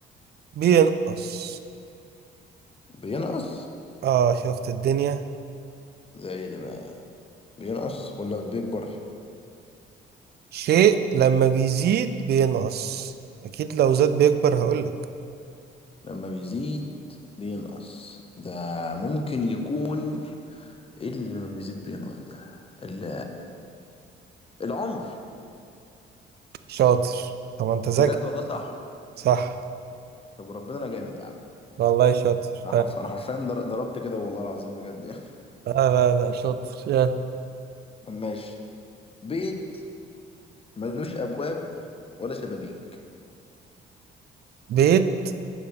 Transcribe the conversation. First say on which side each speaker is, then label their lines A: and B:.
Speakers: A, on the right; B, on the left.
A: بينقص
B: بينقص
A: اه شفت الدنيا
B: ده ايه ده بقى بينقص ولا بيكبر
A: شيء لما بيزيد بينقص اكيد لو زاد بيكبر هقولك
B: لما بيزيد بينقص ده ممكن يكون ايه اللي لما بيزيد بينقص ده ال- العمر
A: شاطر طب ما انت ذكي
B: بجد والله صح
A: صح
B: طب وربنا انا جامد يا عم
A: والله شاطر
B: انا
A: لا
B: حرف انا حرفيا در- ضربت كده والله العظيم بجد يعني
A: لا لا شاطر يا
B: <laughs> طب ماشي بيت ملوش ابواب ولا شبابيك
A: بيت